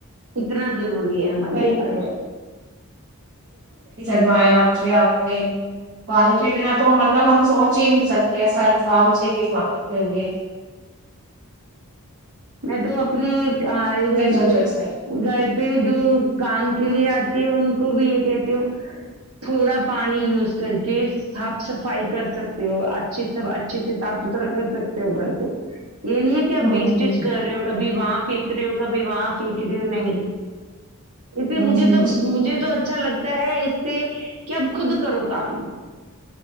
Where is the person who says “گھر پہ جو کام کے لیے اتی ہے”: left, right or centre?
Right